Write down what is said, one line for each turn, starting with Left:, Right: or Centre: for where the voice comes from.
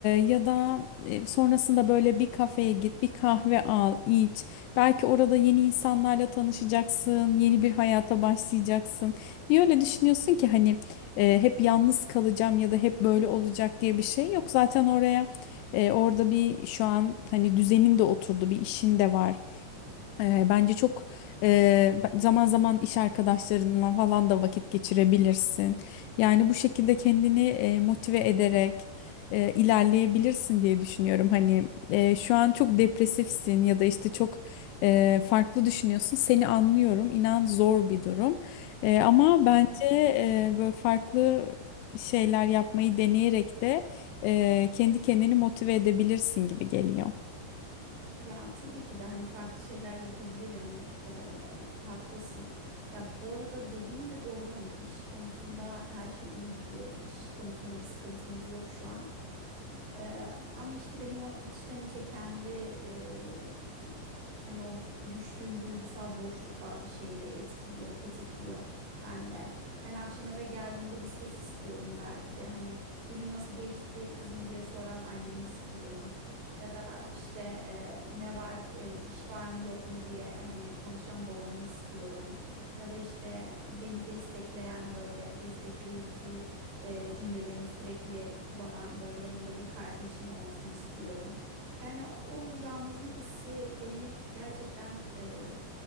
Left: ya da e, sonrasında böyle bir kafeye git, bir kahve al, iç. Belki orada yeni insanlarla tanışacaksın, yeni bir hayata başlayacaksın. Niye öyle düşünüyorsun ki hani e, hep yalnız kalacağım ya da hep böyle olacak diye bir şey yok. Zaten oraya e, orada bir şu an hani düzenin de oturdu, bir işin de var. Eee, bence çok eee, ba- zaman zaman iş arkadaşlarınla falan da vakit geçirebilirsin. Yani bu şekilde kendini eee, motive ederek eee, ilerleyebilirsin diye düşünüyorum. Hani eee, şu an çok depresifsin ya da işte çok eee, farklı düşünüyorsun. Seni anlıyorum. İnan zor bir durum. Eee, ama bence
Right: Evet.
Left: eee, böyle farklı şeyler yapmayı deneyerek de eee, kendi kendini motive edebilirsin gibi geliyor.
Right: Ya tabii ki de hani farklı şeyler yapabilirim. Eee, haklısın. Ya bu arada dediğin de doğru hani iş konusunda her şey iyi gidiyor. İş konusunda bir sıkıntımız yok şu an. Eee, ama işte benim o içten içe kendi eee, hani o düştüğüm duygusal boşluk bazı şeyleri etkiliyor, tetikliyor bende. Yani akşam eve geldiğimde bir ses istiyorum belki de hani günün nasıl geçti kızım diye soran annemi istiyorum. Ya da işte eee, ne var eee, iş var mı yok mu diye hani konuşan babamı istiyorum. Ya da işte beni destekleyen böyle destekleyici e, cümlelerini sürekli kullanan böyle yanımda bir kardeşim olsun istiyorum. Yani o, o yalnızlık hissi beni gerçekten e,